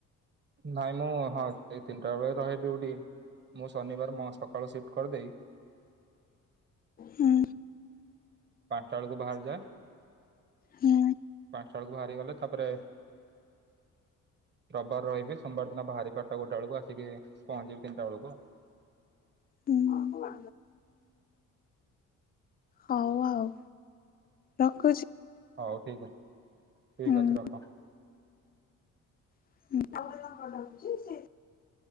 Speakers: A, on the right; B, on the left.
A: ନାଇଁ ମୁଁ ହଁ ସେଇ ତିନିଟା ବେଳେ ରହେ ଡ୍ୟୁଟି ମୁଁ ଶନିବାର ମୋ ସକାଳୁ ସିଫ୍ଟ୍ କରିଦେଇ
B: ହୁଁ
A: ପାଞ୍ଚଟା ବେଳକୁ ବାହାରିଯାଏ
B: ହୁଁ
A: ପାଁଞ୍ଚଟା ବେଳକୁ ବାହାରି ଗଲେ ତାପରେ ରବିବାର ରହିବି ସୋମବାର ଦିନ ବାହାରି ବାରଟା ଗୋଟେ ବେଳକୁ ଆସ୍ <unintelligible> ପହଞ୍ଚିବି ତିନିଟା ବେଳକୁ।
B: ହୁଁ ହଉ ଆଉ ରଖ।
A: ହଉ ଠିକ୍ ଅଚ୍ ଠିକ୍
B: ହୁଁ।
A: ଅଛି ରଖ।
B: <unintelligible>